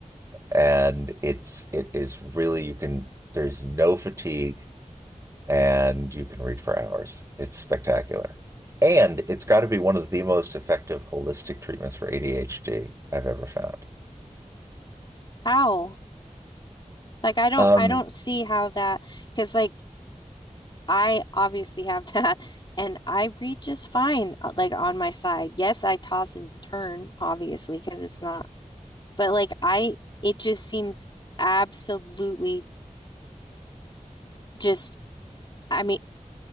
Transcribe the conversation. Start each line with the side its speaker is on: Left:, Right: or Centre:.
Right: and it's it is really you can there's no fatigue and you can read for hours. It's spectacular. And it's got to be one of the most effective holistic treatments for ADHD I've ever found.
Left: Ow. Like I don't
Right: Um,
Left: I don't see how that because like I obviously have <laughs> that and I read just fine uh, like on my side. Yes, I toss and turn obviously because it's not but like I it just seems absolutely just I mean